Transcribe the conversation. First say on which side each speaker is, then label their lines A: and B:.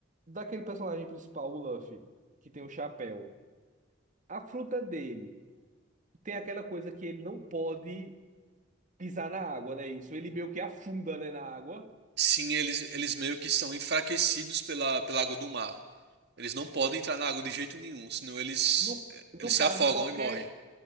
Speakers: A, on the right (about 40°); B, on the right (about 60°).
A: daquele personagem principal, o Luffy, que tem o chapéu. A fruta dele. tem aquela coisa que ele não pode pisar na água, né? Isso, ele meio que afunda, né, na água.
B: Sim, eles, eles meio que são enfraquecidos pela, pela água do mar. Eles não podem entrar na água de jeito nenhum, senão eles,
A: No, no
B: eles se
A: caso,
B: afogam
A: qualquer,
B: e morrem.